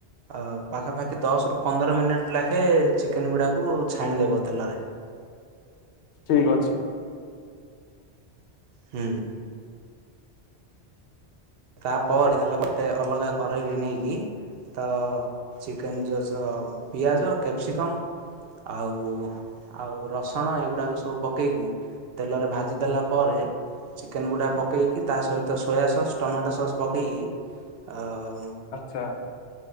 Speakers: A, on the right; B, on the left.
A: ଆଉ ପାଖାପାଖି ଦଶରୁ ପନ୍ଦର ମିନିଟ୍ ଲେଖାଏଁ ଚିକେନ୍ ଗୁଡ଼ାକୁ ଛାଣିଦେବ ତେଲରେ।
B: ଠିକ ଅଛି।
A: ହମ୍। ତା ପରେ ତେଲ ପଟେ ଅଲଗା କରେଇରେ ନେଇକି ତ ଚିକେନ ଜୁସ ପିଆଜ, କ୍ୟାପ୍ସିକମ୍ ଆଉ ଆଉ ରସୁଣ ଏଗୁଡ଼ାକ ସବୁ ପକେଇକି ତେଲରେ ଭାଜି ଦେଲା ପରେ ଚିକେନ ଗୁଡା ପକେଇକି ତା ସହିତ ସୋୟା ସସ୍ ଟମାଟୋ ସସ୍ ପକେଇକି ଆଉ
B: କା